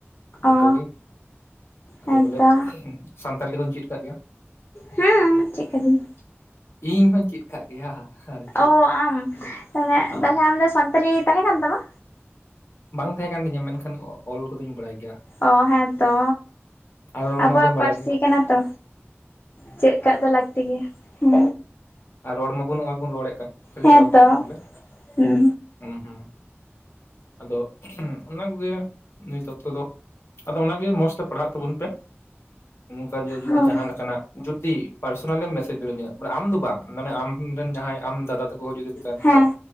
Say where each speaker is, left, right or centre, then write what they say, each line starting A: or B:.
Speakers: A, on the left; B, on the left.
A: ᱡᱚᱛᱚ
B: ᱚ
A: ᱜᱮ
B: ᱦᱮᱸᱛᱚ
A: ᱟᱫᱚ ᱵᱚᱞᱮ ᱥᱟᱱᱛᱟᱞᱤ ᱦᱚᱧ ᱪᱮᱫ ᱠᱟᱜ ᱜᱮᱭᱟ᱾
B: ᱦᱩᱸ ᱪᱮᱫ ᱠᱟᱫᱤᱧ᱾
A: ᱤᱧ ᱦᱚᱧ ᱪᱮᱫ ᱠᱟᱜ ᱜᱮᱭᱟ ᱟᱨᱠᱤ
B: ᱚ ᱟᱢ ᱛᱟᱦᱞᱮ
A: ᱦᱟᱸ
B: ᱛᱟᱦᱞᱮ ᱟᱢ ᱫᱚ ᱥᱟᱱ ᱯᱟᱹᱨᱤ ᱛᱟᱸᱦᱮ ᱠᱟᱱ ᱛᱟᱢᱟ?
A: ᱵᱟᱝ ᱛᱟᱸᱦᱮ ᱠᱟᱱ ᱛᱤᱧᱟᱹ ᱢᱮᱱᱠᱷᱟᱱ ᱚᱞ ᱠᱚᱫᱩᱧ ᱵᱟᱲᱟᱭ ᱜᱮᱭᱟ᱾
B: ᱚ ᱦᱮᱸ ᱛᱚ
A: ᱟᱨ ᱨᱚᱲ
B: ᱟᱵᱚᱣᱟᱜ
A: ᱢᱟᱵᱚᱱ ᱵᱟᱲᱟᱭ
B: ᱯᱟᱹᱨᱥᱤ
A: ᱜᱮ
B: ᱠᱟᱱᱟ ᱛᱚ ᱪᱮᱫ ᱠᱟᱜ ᱫᱚ ᱞᱟᱹᱠᱛᱤ ᱜᱮᱭᱟ᱾ᱦᱩ
A: ᱟᱨ ᱨᱚᱲ ᱢᱟᱵᱚᱱ ᱱᱚᱜ-ᱚᱭ ᱵᱩᱱ ᱨᱚᱲ ᱮᱫ ᱠᱟᱱ ᱠᱷᱟᱹᱞᱤ
B: ᱦᱮᱸᱛᱚ
A: ᱚᱞ ᱛᱮᱫ ᱜᱮ ᱵᱚᱞᱮ᱾
B: ᱦᱩᱸ
A: ᱦᱩ ᱦᱩ ᱟᱫᱚ ᱚᱱᱟ ᱠᱚᱜᱮ ᱱᱤᱛ ᱚᱠᱛᱚ ᱫᱚ ᱟᱫᱚ ᱚᱱᱟᱜᱮ ᱢᱚᱸᱡᱽ ᱛᱮ ᱯᱟᱲᱦᱟᱜ ᱛᱟᱵᱩᱱ ᱯᱮ ᱱᱚᱝᱠᱟ ᱡᱮ ᱡᱩᱫᱤ
B: ᱦᱳᱭ
A: ᱡᱟᱸᱦᱟ ᱞᱮᱠᱟᱱᱟᱜ ᱡᱩᱫᱤ ᱯᱟᱨᱥᱚᱱᱟᱞᱮᱢ ᱢᱮᱥᱮᱡ ᱫᱟᱲᱮᱣᱟᱹᱧᱟᱹ ᱢᱟᱱᱮ ᱟᱢ ᱫᱚ ᱵᱟᱝ ᱢᱟᱱᱮ ᱟᱢ ᱨᱮᱱ ᱡᱟᱸᱦᱟᱭ ᱟᱢ ᱫᱟᱫᱟ ᱛᱟᱠᱚ ᱡᱩᱫᱤ ᱠᱩ ᱠᱟᱱ
B: ᱦᱮᱸ
A: ᱠᱷᱟᱡ